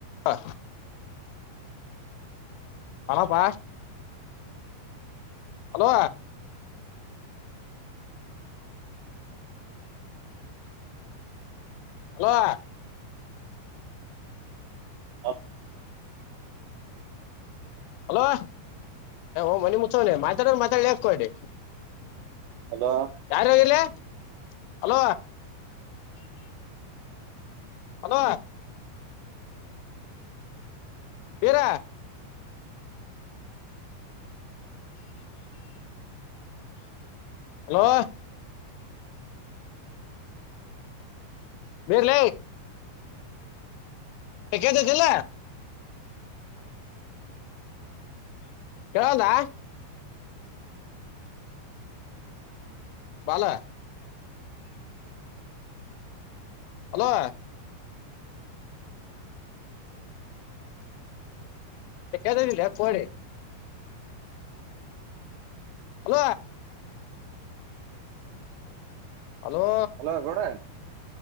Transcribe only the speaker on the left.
ಹಾ ಅಲ ಬಾ ಹಲೋ ಹಲೋ
ಹಲೋ ಓ ಮನಿ ಮುತ್ನನೆ ಮಾತಾಡ ಮಾತಾಡ್ ಯಾಕೋಡಿ
ಯಾರ ಆಿಲ್ಲ ಹಲೋ ಅದ ಬೇರ ಹಲೋ ಬೇಲ ಕೆದಲ್ಲ ಕೇಳೋದಾ ಬಾಲಾ ಹಲೋ ಕತ ಕೊಡೆೆ ಹಲ ಹಲೋ